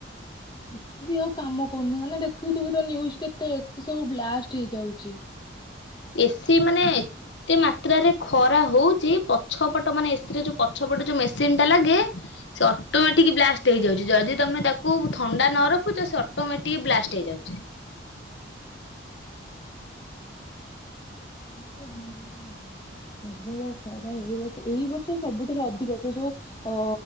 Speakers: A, on the left; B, on the left.
A: ଏ ସି ବି ଆଉ କାମ କରୁନି ମାନେ ଦେଖୁଥୁବୁ ତ ନ୍ଯୁଜ୍‌ କେତେ ଏ ସି ସବୁ ବ୍ଲାଷ୍ଟ ହେଇଯାଉଚି।
B: ଏ ସି ମାନେ ଏତେ ମାତ୍ରାରେ ଖରା ହୋଉଚି ପ ଛ ପଟ ମାନେ ଏ ସି ର ଯୋଉ ପଛପଟ ଯୋଉ ମେସିନ୍ ଟା ଲାଗେ ସେ ଅଟୋମେଟିକ ବ୍ଲାଷ୍ଟ ହେଇଯାଉଚି ଯଦି ତ ମେ ତାକୁ ଥଣ୍ଡା ନ ରଖୁଚ ସେ ଅଟୋମେଟିକ ବ୍ଲାଷ୍ଟ ହେଇଯାଉଚି।
A: ହୁଁ ହୁଁ ଯେ ବୋଉ ଲୋ। ପ୍ରବଳ ଖରା ଏଇ ବର୍ଷ ଏଇ ବର୍ଷ ସବୁଠାରୁ ଅଧିକ ସେ ଯୋଉ ଅ